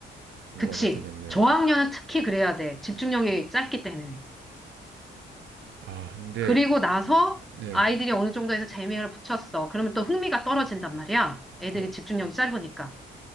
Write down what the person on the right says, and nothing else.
공부가
좀 되겠네요.
아, 근데,
네,
네,